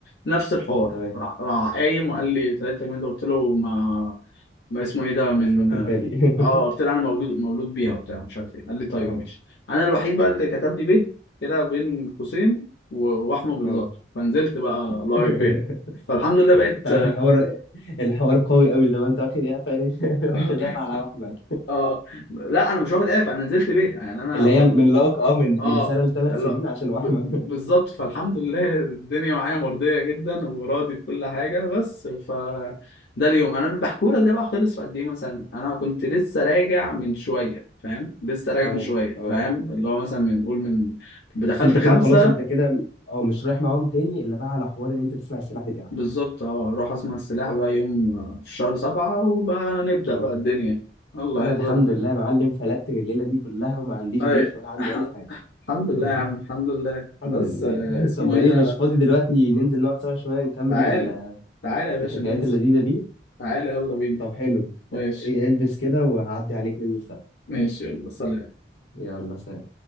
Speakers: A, on the left; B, on the left.
A: نفس الحوار
B: تمام
A: راح راح قايم وقال لي ثلاثة جنيه قلت له ما ما اسمه ايه ده من
B: مش واخد بالي
A: اه
B: <laughs>
A: قلت له انا مولود مولود بيها وبتاع مش عارف ايه قال لي طيب
B: اه
A: ماشي انا الوحيد بقى اللي كتب لي به كده بين قوسين و- واحمد بالظبط
B: اه
A: فنزلت بقى
B: <laughs>
A: لايف به فالحمد لله بقيت
B: انت عارف الحوار الحوار قوي قوي لو انت واخد ايه على- <laughs>
A: <laughs>
B: واخد ايه على احمد
A: اه لا انا مش واخد اف انا نزلت به يعني انا
B: اللي هي من لك اه من
A: اه
B: من سنه لثلاث
A: لا،
B: سنين عشان
A: ب...
B: وحمه
A: بالظبط فالحمد لله الدنيا معايا مرضية جدا وراضي بكل حاجة بس ف ده اليوم انا بحكوا لك ده بقى خلص في قد ايه مثلا انا كنت لسه راجع من شوية فاهم لسه
B: <laughs>
A: راجع
B: تمام
A: من شوية
B: اه
A: فاهم اللي هو مثلا من قول من بدخلت
B: بس انت
A: خمسة
B: كده خلاص انت كده اه مش رايح معاهم تاني الا بقى على حوار ان انت تسمع السلاح بتاعك
A: بالظبط اه اروح اسمع السلاح بقى يوم آه، في شهر سبعة وبقى نبدأ
B: اه
A: بقى الدنيا الله
B: انا
A: يتغلق.
B: الحمد لله يا معلم فلت من الليله دي كلها وما عنديش
A: أي
B: جيش ولا عندي
A: <laughs>
B: اي حاجه
A: الحمد لله
B: <laughs>
A: يا عم الحمد لله
B: الحمد
A: بس
B: لله
A: آه،
B: <laughs>
A: اسمه
B: طب ايه
A: ايه ده
B: مش فاضي دلوقتي ننزل نقعد سوا شويه نكمل
A: تعال
B: ال-
A: تعال يا باشا
B: الحكايات
A: ننزل
B: اللذيذه دي
A: تعالى يلا بينا
B: طب حلو ف-
A: ماشي
B: إيه، إيه، البس كده وهعدي عليك ننزل سوا
A: ماشي يلا سلام
B: يلا سلام